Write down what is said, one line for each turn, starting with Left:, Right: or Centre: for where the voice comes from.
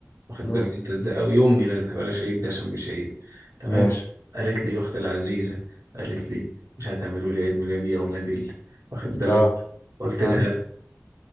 Right: واخد
Left: امم
Right: بالك انت ازاي او يوم ميلادها بلاش عيد ده عشان مش عيد تمام
Left: ماشي
Right: قالت لي اختي العزيزه قالت لي مش هتعملوا لي عيد ميلادي يا اولاد ال- واخد بالك
Left: اه
Right: قلت
Left: اه
Right: لها